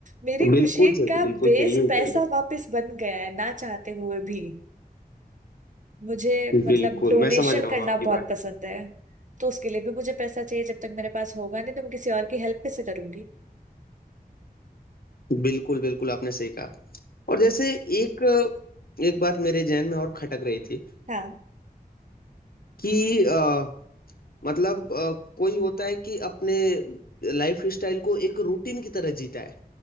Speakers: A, on the right; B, on the left.
A: मेरी
B: बिल्कुल
A: खुशी
B: चाहिए
A: का
B: बिल्कुल
A: बेस
B: चाहिए ही
A: पैसा
B: चाहिए
A: वापस बन गया है ना चाहते हुए भी मुझे मतलब
B: बिल्कुल
A: डोनेशन
B: मैं समझ रहा
A: करना
B: हूँ आपकी
A: बहुत
B: बात
A: पसंद है तो उसके लिए भी मुझे पैसा चाहिए जब तक मेरे पास होगा नहीं तो मैं किसी और की हेल्प कैसे करूंगी
B: बिल्कुल बिल्कुल आपने सही कहा और जैसे एक एक बात मेरे जहन में और खटक रही थी
A: हाँ
B: कि अ, मतलब अ, कोई होता है कि अपने लाइफ स्टाइल को एक रूटीन की तरह जीता है